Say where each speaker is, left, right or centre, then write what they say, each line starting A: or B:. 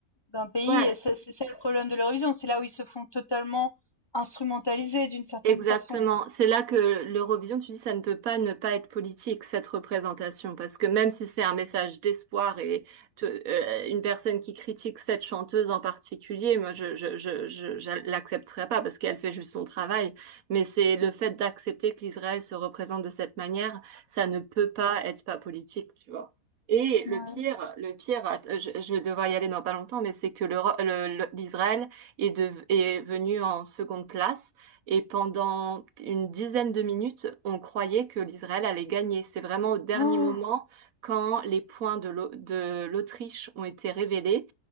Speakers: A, on the left (about 30°); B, on the right (about 70°).
A: d'un pays
B: ouais.
A: et ça, c'est ça le problème de l'Eurovision, c'est là où ils se font totalement instrumentaliser d'une certaine
B: Exactement.
A: façon.
B: C'est là que l'Eurovision, tu dis, ça ne peut pas ne pas être politique, cette représentation, parce que même si c'est un message d'espoir et te- euh, une personne qui critique cette chanteuse en particulier, moi, je, je, je, je, je l'accepterai pas parce qu'elle fait juste son travail. Mais c'est le fait d'accepter que l'Israël se représente de cette manière, ça ne peut pas être pas politique, tu vois. Et le
A: Ouais.
B: pire, le pire, att- je, je vais devoir y aller dans pas longtemps, mais c'est que l'Euro- le- le- l'Israël est, de- est venu en seconde place et pendant une dizaine de minutes, on croyait que l'Israël allait gagner. C'est vraiment au dernier
A: <gasps>
B: moment, quand les points de l'Au- de l'Autriche ont été révélés,